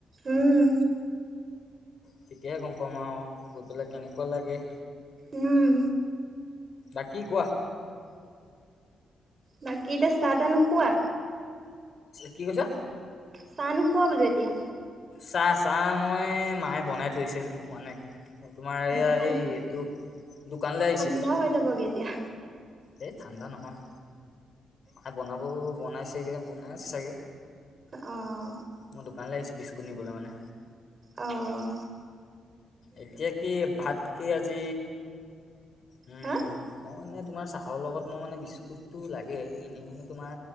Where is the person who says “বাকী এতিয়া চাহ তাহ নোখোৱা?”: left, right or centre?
Right